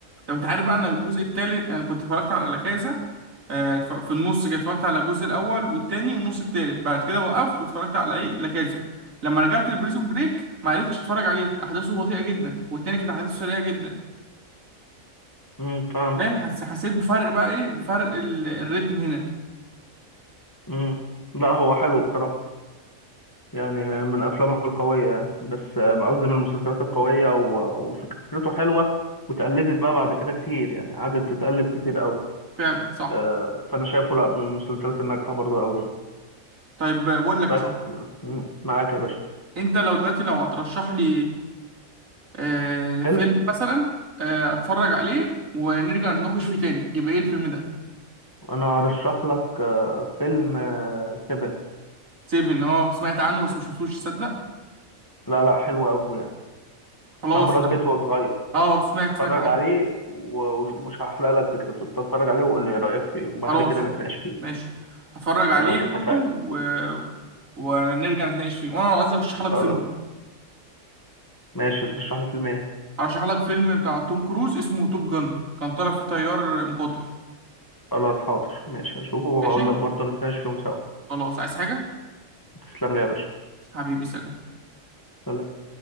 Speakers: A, on the right; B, on the left.
A: طب انت عارف بقى انا الجزء التالت انا كنت اتفرجت على لا كازا آه، اتف- في النص كده اتفرجت على الجزء الاول والتاني والنص التالت بعد كده وقفت واتفرجت على ايه لا كازا لما رجعت لبريزون بريك ما عرفتش اتفرج عليه احداثه بطيئه جدا والتاني كانت احداثه سريعه جدا
B: امم فهمت
A: دايما حس حسيت بفرق بقى ايه بفرق ال- الريتم هنا
B: امم لا هو حلو بصراحة يعني من أفلامه القوية يعني بس آه، قصدي من المسلسلات القوية و- وفكرته حلوة واتقلدت بقى بعد كده كتير يعني قعدت تتقلد كتير قوي
A: فعلا صح
B: آه، فأنا شايفه لا من المسلسلات الناجحة برضه قوي يعني
A: طيب آه، بقول لك
B: بس
A: يا صاحبي
B: مم، معاك يا باشا
A: انت لو دلوقتي لو هترشح لي آه،
B: فيلم
A: فيلم مثلا آه، اتفرج عليه ونرجع نتناقش فيه تاني يبقى ايه الفيلم ده
B: أنا هرشح لك آه، فيلم آه، سيفن
A: سيفن اه سمعت عنه بس ما شفتوش تصدق
B: لا لا حلو قوي يعني
A: خلاص
B: بتاع براد
A: لا
B: بيت وهو صغير
A: اه سمعت سمعت
B: اتفرج
A: عنه
B: عليه و- ومش هحرق لك فكرته اتفرج عليه وقول لي ايه رأيك فيه وبعد
A: خلاص
B: كده نتناقش فيه
A: ماشي هتفرج عليه
B: تمام اتفقنا
A: برضو و... ونرجع نتناقش فيه وانا عايز ارشح لك
B: خلاص
A: فيلم
B: ماشي ترشح لي فيلم ايه
A: ارشح لك فيلم بتاع توم كروز اسمه توب جن كان طالع فيه طيار مقاتل
B: خلاص حاضر ماشي هشوفه واقول
A: ماشي
B: لك برضه نتناقش فيهم سوا
A: خلاص عايز حاجة
B: تسلم لي يا باشا
A: حبيبي سلام
B: سلام